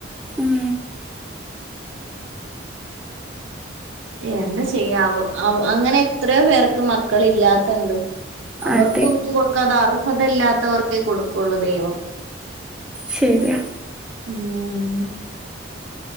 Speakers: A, in the centre; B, on the right.
A: ഉം
B: എന്താ ചെയ്യാം അവ അങ്ങനെ എത്രയോ പേർക്ക് മക്കൾ ഇല്ലാത്തണ്ട്. അവർക്കൊന്നും
A: അതെ
B: കൊടുക്കാതെ അർഹത ഇല്ലാത്തവർക്കെ കൊടു കൊള്ള് ദൈവം
A: ശരിയാ
B: ഉം.